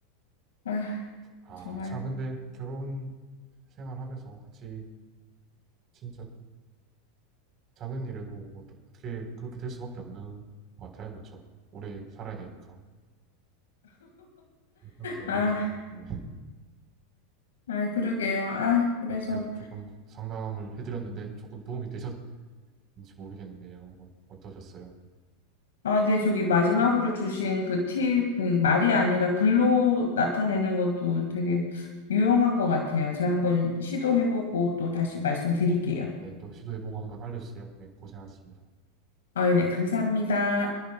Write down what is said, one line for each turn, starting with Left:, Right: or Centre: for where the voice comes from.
Left: 아,
Right: 아,
Left: 정말.
Right: 참, 근데 결혼 생활하면서 같이 진짜 작은 일에도 어떠- 어떻게 그렇게 될 수밖에 없는 것 같아요. 그쵸? 오래 살아야 되니까. 저는 잘
Left: 아,
Right: 모르지만, 네.
Left: 아, 그러게요. 아, 그래서.
Right: 어떻게 조금 상담을 해드렸는데 조금 도움이 되셨는지 모르겠네요. 어- 어떠셨어요?
Left: 아, 네, 저기 마지막으로 주신 그 팁, 그 말이 아니라 글로 나타내는 것도 되게 유용한 것 같아요. 제가 한번 시도해보고 또 다시 말씀드릴게요.
Right: 네, 또 시도해보고 한번 알려주세요. 네, 고생하셨습니다.
Left: 아, 네, 감사합니다.